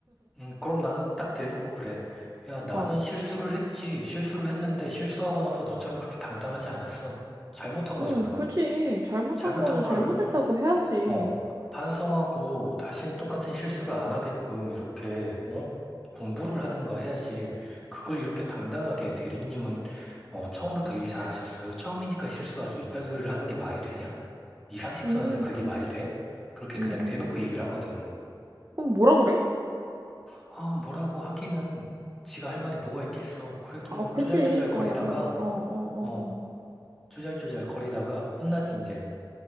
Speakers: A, in the centre; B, on the right.
A: 음, 그럼 나는 딱 대놓고 그래. 야, 나는
B: 어.
A: 실수를 했지. 실수를 했는데 실수하고 나서 너처럼 그렇게 당당하지 않았어. 잘못한 거잖아.
B: 음, 그지. 잘못한
A: 잘못한
B: 거는
A: 걸
B: 잘못했다고 해야지.
A: 어, 반성하고 다시는 똑같은 실수를 안 하게끔 이렇게, 어? 공부를 하든가 해야지. 그걸 이렇게 당당하게 대리님은, 어, 처음부터 일 잘하셨어요. 처음이니까 실수하죠. 이딴 소리를 하는 게 말이 되냐? 이 상식선에서
B: 음,
A: 그게
B: 그,
A: 말이 돼? 그렇게
B: 음,
A: 그냥
B: 음.
A: 대놓고 얘기를 하거든.
B: 그럼 뭐라 그래?
A: 아, 뭐라고 하기는 지가 할 말이 뭐가 있겠어. 그래도
B: 아,
A: 뭐
B: 그지.
A: 쪼잘쪼잘 거리다가,
B: 어, 어, 어, 어, 어,
A: 어,
B: 어.
A: 쪼잘쪼잘 거리다가 혼나지, 이제.